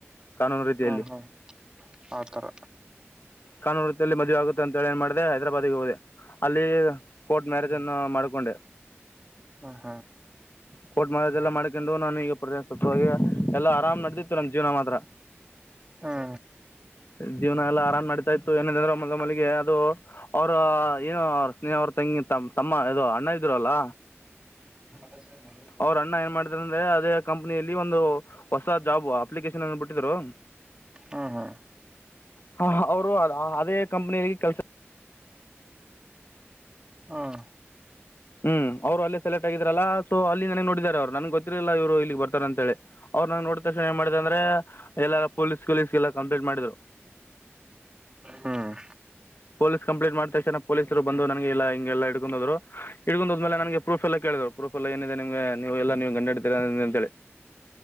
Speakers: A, on the left (about 55°); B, on the right (about 20°).
A: ಕಾನೂನು ರೀತಿಯಲ್ಲಿ
B: ಹ್ಮ ಹ್ಮ್ ಆತರ
A: ಕಾನೂನು ವೃತ್ತಿಯಲ್ಲಿ ಮದುವೆ ಆಗುತ್ತೆ ಅಂತ ಹೇಳ ಏನ್ ಮಾಡಿದೆ ಹೈದರಾಬಾದ್ಿಗೆ ಹೋದೆ ಅಲ್ಲಿ ಕೋರ್ಟ್ ಮ್ಯಾರೇಜ್ ಅನ್ನ ಮಾಡ್ಕೊಂಡೆ
B: ಹಾ
A: ಕೋಟ್ ಮಾರಾಜ್ ಎಲ್ಲ ಮಾಡ್ಕೊಂಡು ನಾನು ಈಗ ಸ ಎಲ್ಲಾ ಆರಾಮ್ ನಡೆದಿತ್ತು ನಮ್ ಜೀವನ ಮಾತ್ರ
B: ಹಾ
A: ಜೀವನ ಎಲ್ಲ ಆರಾಮ್ ಮಾಡ್ತಾ ಇತ್ತು ಏನಂದ್ರೆ ಮೊಲ ಮಲ್ಲಿಗೆ ಅದು ಅವ್ರ ಏನುೋ ಅವ ಸ್ನೇಹ್ರ ತಂಗ ತಮ್ಮ ಅೋ ಅಣ್ಣ ಇದರು ಅಲ್ಲ
B: ಮ
A: ಅವ್ರ ಅಣ್ಣ ಏನ್ ಮಾಡಿದಾರ ಅಂದ್ರೆ ಅದೇ ಕಂಪನಿಯಲ್ಲಿ ಒಂದು ಹೊಸ ಜಾಬ್ ಅಪ್ಲಿಕೇಶನ್ ಬಿಟ್ಟಿದ್ರು
B: ಹ್ಮ ಹಾ
A: ಹ ಅವರು ಅ ಅದೇ ಕಂಪನಿಯಿಗೆ ಕೆಲ್ಸ
B: ಹ್ಮ್
A: ಹ್ಮ್ ಅವರು ಅಲ್ಲೇ ಸೆಲೆಕ್ಟ್ ಆಗಿದಾರಲ್ಲಾ ಸೊ ಅಲ್ಲಿ ನನಗ್ ನೋಡಿದಿದ್ದಾರೆ ಅವರು ನನ್ಗ್ ಗೊತ್ತಿಲಿಲ್ಲ ಇವ್ರು ಇಲ್ಲಿಗ್ ಬರ್ತಾರ ಅಂತ ಹೇಳಿ ಅವ್ರು ನಂಗ ನೋಡ ತಕ್ಷಣ ಏ ಮಾಡಿದೆ ಅಂದ್ರೆ ಎಲ್ಲ ಪೋೀಸ್ ಕಲೀಸ್ ಎಲ್ಲ ಕಂಪ್ಲೇಂಟ್ ಮಾಡಿದ್ರು
B: ಹ್ಮ್
A: ಪೊಲೀಸ್ ಕಂಪ್ಲೀಟ್ ಮಾಡ್ ತಕ್ಷಣ ಪೊಲೀಸರು ಬಂದು ನನಗೆಲ್ಲ ಹಂಗೆಲ್ಲ ಹಿಕೊಂಡ ಹೋ್ರು ಹಡ್ಕೊಂಡ ಹೋದ್ಮೇಲೆ ನಗೆ ಪ್ರೂಫ್ಲ್ಲೇಳಿ ಹೇಳರು ಪ್ರೂಫ್ ಎಲ್ಲ ಏನಿದೆ ನಿಮ್ಗೆ ನೀವು ಎಲ್ಲಾ ನೀವ್ ಗಂಡಡತೀರ ಅಂತ ಹೇಳಿ